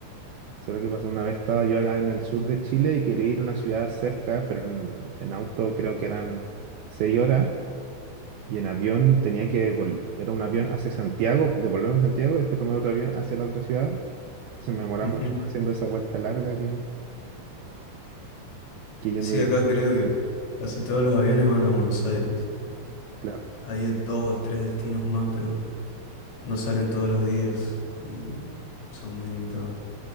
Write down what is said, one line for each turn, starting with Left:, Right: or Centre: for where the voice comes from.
Right: Eso es lo que pasa. Una vez estaba yo acá en el sur de Chile y quería ir a una ciudad cerca, pero en, en auto creo que eran seis horas. Y en avión tenía que, vol- era un avión hacia Santiago, devolverme a Santiago y después tomar otro avión hacia la otra ciudad. Entonces me demoraba
Left: Ujú.
Right: mucho más haciendo esa vuelta larga que, que yendo
Left: Sí,
Right: directo.
Left: acá creo que casi todos los aviones van a Buenos Aires.
Right: Claro,
Left: Hay dos o tres destinos más, pero no salen todos los días y son muy limitados.